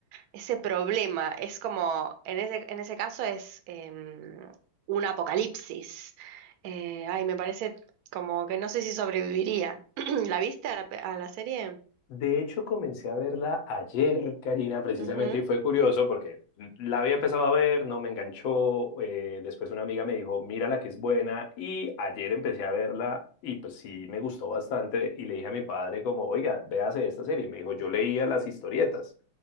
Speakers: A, on the right; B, on the left.
A: ese problema. Es como, en ese, en ese caso es em, un apocalipsis. Eh, ay, me parece como que no sé si sobreviviría. <clears throat> ¿La viste a la, pe- a la serie?
B: De hecho, comencé a verla ayer, Karina, precisamente,
A: Ujú.
B: y fue curioso porque la había empezado a ver, no me enganchó, eh, después una amiga me dijo, mírala que es buena, y ayer empecé a verla y pues sí, me gustó bastante, y le dije a mi padre como, oiga, véase esta serie, y me dijo, yo leía las historietas.